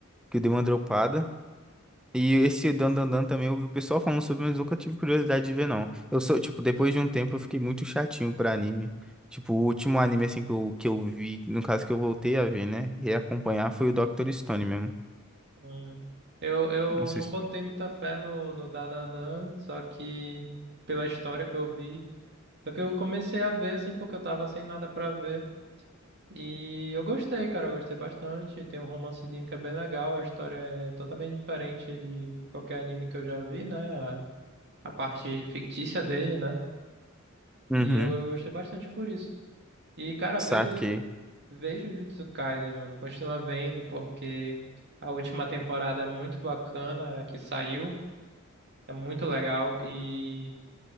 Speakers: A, in the centre; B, on the right.
A: que eu dei uma dropada. E esse Dan Dan Dan também eu vi o pessoal falando sobre, mas nunca tive curiosidade de ver, não. Eu sou, tipo, depois de um tempo eu fiquei muito chatinho pra anime. Tipo, o último anime, assim, que eu, que eu vi, no caso que eu voltei a ver, né? E acompanhar foi o Dr. Stone mesmo.
B: uhum. Eu, eu
A: Não sei
B: não
A: se...
B: botei muita fé no, no Dananã, só que pela história que eu vi. Só que eu comecei a ver, assim, porque eu tava sem nada pra ver. E eu gostei, cara, eu gostei bastante. Tem um romancezinho que é bem legal, a história é totalmente diferente de qualquer anime que eu já vi, né? A, a parte fictícia dele, né?
A: Uhum,
B: E eu, eu gostei bastante por isso. E, cara,
A: saquei.
B: vê. Vejo Jujutsu Kaisen, mano. Continua vendo porque a última temporada é muito bacana, a que saiu, é muito legal. E